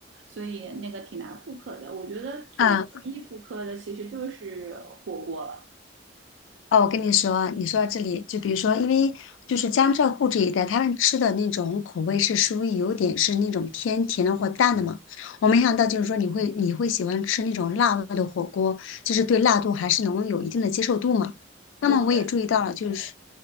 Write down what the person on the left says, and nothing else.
啊，哦，我跟你说，你说到这里，就比如说，因为就是江浙沪这一带，他们吃的那种口味是属于有点是那种偏甜的或淡的嘛。我没想到就是说你会你会喜欢吃那种辣味的火锅，就是对辣度还是能有一定的接受度嘛。那么我也注意到了，
就是